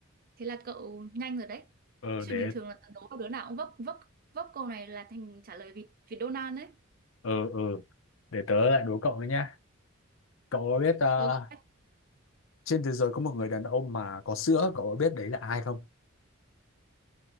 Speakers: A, on the right; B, on the left.
A: thế là cậu nhanh rồi đấy
B: ờ
A: chứ
B: để
A: bình thường là tớ đố đứa nào cũng vấp vấp vấp câu này là thành trả lời vịt vịt Donald đấy
B: ờ ờ để tớ lại đố cậu nữa nhá cậu có biết ờ,
A: ok
B: trên thế giới có một người đàn ông mà có sữa cậu có biết đấy là ai không